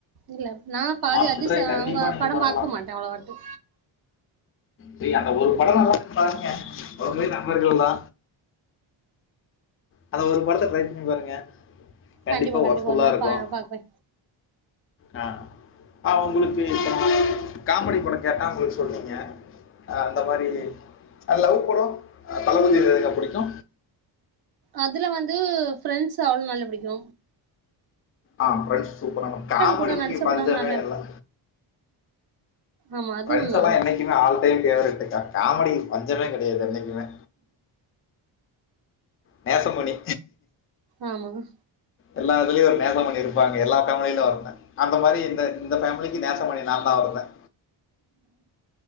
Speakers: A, on the right (about 50°); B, on the left (about 30°).
A: இல்ல நா பாதி
B: மாஸ்டர்
A: அஜித்சார்
B: ட்ரை கண்டிப்பாக
A: அவங்க
B: நீங்கள்
A: படம்
B: பார்க்கலாம்
A: பாக்க மாட்டே அவ்வளவாட்டு
B: சரி அந்த ஒரு படோ நல்லா இருக்கு பாருங்க அவங்களே நண்பர்கள் தா அந்த ஒரு படத்த டிரை பண்ணி பாருங்க கண்டிப்பாக
A: கண்டிப்பா கண்டிப்பா
B: ஒர்க்ஃபுல்லாக
A: ஒரு நாள்
B: இருக்கும்
A: பா- பாக்கறே
B: ஆ அ உங்ளுக்கு இப்ப காமெடி படொ கேட்டா உங்ளுக்கு சொன்னீங்க அ- அந்த மாரி ஆ லவ் படம் தளபதிது எது புடிக்கு
A: அதுல வந்து ஃபிரெண்ட்ஸ் <unintelligible> நல்ல பிடிக்கு
B: ஆ பிரெண்ட்ஸ் சூப்ப ரான காமெடிக்கு
A: கூட நடிச்ச
B: பஞ்சமே
A: படோ நெற
B: இல்ல
A: ஆமா அது
B: பிரெண்ட்ஸ்
A: உண்மதா
B: எல்லாம் என்னைக்குமே ஆல் டைம் பேவரட்டுக்கா காமெடிக்கு பஞ்சமே கெடையாது என்னைக்குமே நேசமணி
A: ஆமாங்க
B: எல்லா இதுலயும் ஒரு நேசமணி இருப்பாங்க எல்லா பேமிலிலு அந்த மாரி இந்த பேமிலி நேசமணி நா தா <unintelligible>